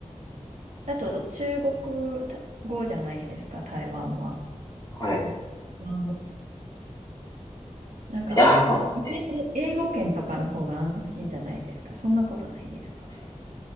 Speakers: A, on the right (about 80°); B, on the left (about 30°).
A: あと中国語じゃないですか、台湾は。あ
B: はい。
A: のなんか、
B: いやー、まあ、ええ
A: 英語圏とかの方が安心じゃないですか。そんなことないですか。